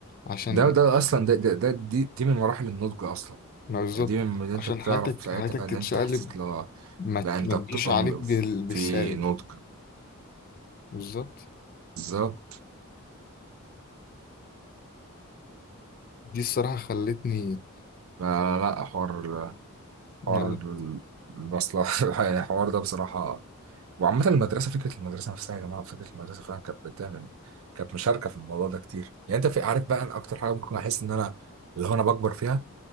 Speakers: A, on the left; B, on the right.
A: عشان
B: ده ده اصلا ده ده, ده دي, دي من مراحل النضج اصلا
A: ما بالظبط
B: يعني دي من اللي
A: عشان
B: انت بتعرف
A: حياتك
B: ساعتها
A: حياتك
B: ان
A: تتشقلب
B: انت حسيت لا
A: ما, ت-
B: لا انت
A: ما تجيش
B: بتنضج
A: عليك بال... بالسالب
B: في نضج
A: بالظبط
B: بالظبط
A: دي الصراحة خلتني
B: لا لا لا، حوار
A: ما-
B: حوار المصلحة <laughs> الحوار ده بصراحة وعامة المدرسة فكرة المدرسة نفسها يا جماعة فكرة المدرسة فعلا كانت بتعمل كانت مشاركة في الموضوع ده كتير يعني أنت في عارف بقى أنا أكتر حاجة ممكن أحس إن أنا اللي هو أنا بكبر فيها